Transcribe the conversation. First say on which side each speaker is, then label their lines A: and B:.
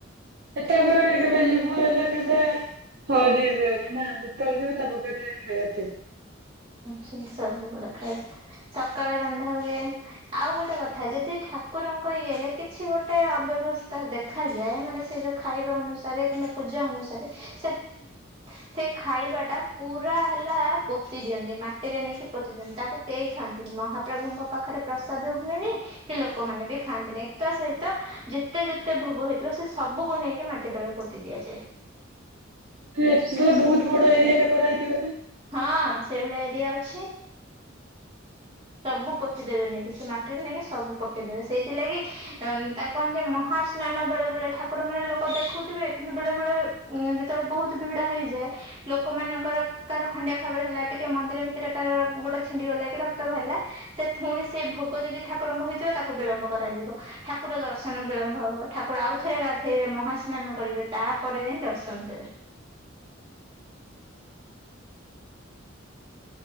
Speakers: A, on the right (about 55°); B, on the right (about 30°).
A: କେତବେଳେ କେବେ ଯିବୁ ହେଲେ କେବେ। ହଁ ଯିବି ନା ଯେତେବେଳେ ଯିବ ତା ପଖ ଖାଇବା ଥିବ
B: ହୁଁ ସବୁ ବେଳେ ଖାଇବା। ସକାଳେ ରନ୍ଧା ହୁଏ। ଆଉ ଗୋଟେ କଥା ଯଦି ଠାକୁରଙ୍କ ଇଏରେ କିଛି ଗୋଟେ ଅବେ ବ୍ୟବସ୍ଥା ଦେଖାଯାଏ। ମାନେ ସେ ଯୋଉ ଖାଇବା ଅନୁସାରେ କିମ୍ବା ପୂଜା ଅନୁସାରେ ସେ ସେ ଖାଇବା ଟା ପୁରା ହେଲା ପୋତି ଦିଅନ୍ତି ମାଟିରେ ନେଇକି ପୋତି ଦିଅନ୍ତି। ତାକୁ କେହି ଖାଆନ୍ତିନି ମହାପ୍ରଭୁଙ୍କ ପାଖରେ ପ୍ରସାଦ ହୁଏନି କି ଲୋକମାନେ ବି ଖାଆନ୍ତିନି। ଏକା ସହିତ ଯେତେଯେତେ ଭୋଗ ହେଇଥିବ ସେ ସବୁକୁ ନେଇକି ମାଟି ତଳେ ପୋତି ଦିଆଯାଏ।
A: ତାହଲେ ବହୁତ ବଡ ଏରିଆ ଟା କରାହେଇଥିବ ତ?
B: ହଁ ସେଇଭଳିଆ ଏରିଆ ଅଛି। ସବୁ ପୋତିଦେବେ ନେଇକି କି ସେ ମାଟିରେ ନେଇକି ସବୁ ପୋତିଦେବେ ସେଇଥିଲାଗି ଉଁ ତାକୁ କହନ୍ତି ମହା ସ୍ନାନ ବେଳେ ବେଳେ ଠାକୁର ମାନେ ଲୋକ ଦେଖୁଥିବେ। କିନ୍ତୁ ବେଳେ ବଳେ ଉଁ ଯେତେବେଳେ ବହୁତ ଭିଡ ହେଇଯାଏ ଲୋକ ମାନଙ୍କର କାର ଖଣ୍ଡିଆ ଖାବରା ହେଲା ଟିକେ ମନ୍ଦିର ଭିତରେ କାର ଗୋଡ ଛିଣ୍ଡି ଗଲା କି ର <unintelligible> ହେଲା ସେ ପୁଣି ସେ ଭୋଗ ଯଦି ଠାକୁରଙ୍କ ହେଇଥିବ ତାକୁ ବିଳମ୍ବ କରାଯିବ। ଠାକୁର ଦର୍ଶନ ବି ରଭ ହବ ଠାକୁର ଆଉ ଥରେ ଗାଧେଇବେ ମହାସ୍ନାନ କରିବେ। ତାପରେ ଯାଇ ଦର୍ଶନ ଦେବେ। <inaudible>